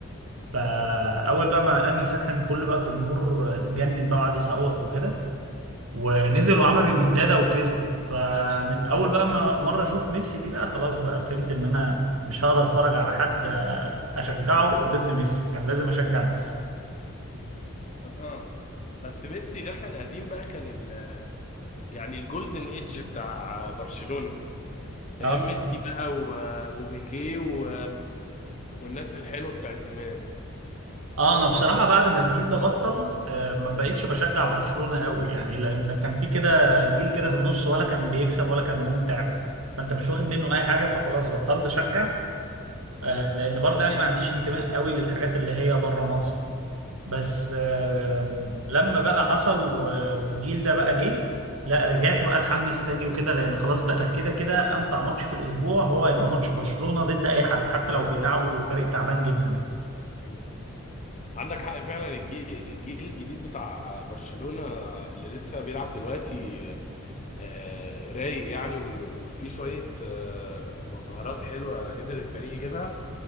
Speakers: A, on the right; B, on the left.
A: فاول بقى ما قام يسخن كل بقى الجمهور اتجنن بقى وقعد يصوت وكده ونزل وعمل ريمونتادا وكسبه فمن اول بقى ما مره اشوف ميسي دي بقى خلاص بقى فهمت ان انا مش هقدر اتفرج على حد آه، اشجعه ضد ميسي كان لازم اشجع ميسي
B: اها بس ميسي ده كان قديم بقى كان ال... يعني الجولدن ايدج بتاع برشلونة
A: اه
B: ايام ميسي بقى و... وبيكيه و... والناس الحلوة بتاعت زمان
A: اه انا بصراحه بعد ما الجيل ده بطل آه، ما بقتش بشجع برشلونه قوي يعني لان كان في كده جيل كده في النص ولا كان بيكسب ولا كان ممتع فانت مش واخد منه اي حاجه فخلاص بطلت اشجع آه،
B: مم.
A: لان برضه يعني ما عنديش انتماء قوي للحاجات اللي هي بره مصر بس آم، لما بقى حصل و- والجيل ده بقى جه لا رجعت بقى اتحمس تاني وكده لان خلاص بقى كده كده امتع ماتش في الاسبوع هو هيبقى ماتش برشلونة ضد اي حد حتى لو بيلعبوا فريق تعبان جدا
B: مم. عندك حق فعلا الجيل الجيل الجديد بتاع برشلونة اللي لسه بيلعب دلوقتي آه، رايق يعني وال- وفي شوية آه، مهارات حلوة قدر الفريق يجيبها